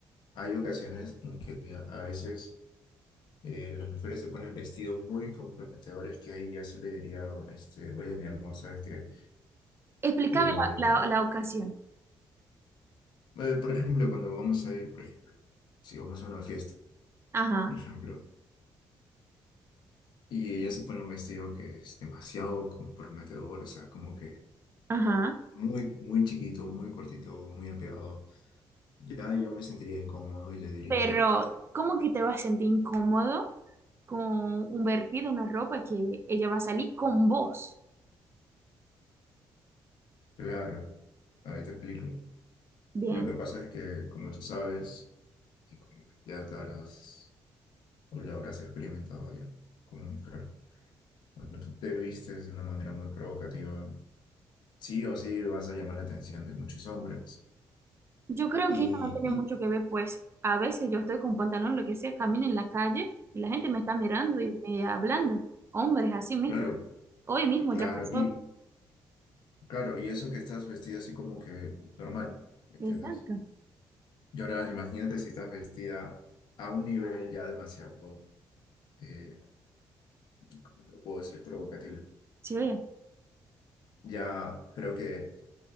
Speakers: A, on the left; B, on the right.
A: hay ocasiones en que a veces eh, las mujeres se ponen vestidos muy comprometedores que ahí ya se le diría, este, oye, mi amor, ¿sabes qué?
B: Explícame
A: Eh,
B: la, la, la ocasión.
A: eh, por ejemplo, cuando vamos a ir, por ejemplo, si vamos a una fiesta,
B: Ajá,
A: por ejemplo. Y ella se pone un vestido que es demasiado comprometedor, o sea, como que
B: ajá.
A: muy, muy chiquito, muy cortito, muy apegado. Ya yo me sentiría incómodo y le diría,
B: Pero, ¿cómo que te vas a sentir incómodo con un vertido, una ropa que ella va a salir con vos?
A: claro, ahí te explico.
B: Bien.
A: Lo que pasa es que, como tú sabes, y como que ya te habrás o lo habrás experimentado ya como mujer, cuando tú te vistes de una manera muy provocativa, sí o sí vas a llamar la atención de muchos hombres.
B: Yo creo
A: Y,
B: que eso no tiene
A: y
B: mucho que ver, pues a veces yo estoy con pantalón, lo que sea, camino en la calle y la gente me está mirando y me hablando. Hombres, así mismo.
A: claro,
B: Hoy mismo
A: claro,
B: ya pasó.
A: y Claro, y eso que estás vestida así como que normal, ¿me entiendes?
B: Exacto.
A: Y ahora imagínate si estás vestida a un nivel ya demasiado, eh, ¿cómo lo puedo decir? Provocativo.
B: Sí.
A: Ya creo que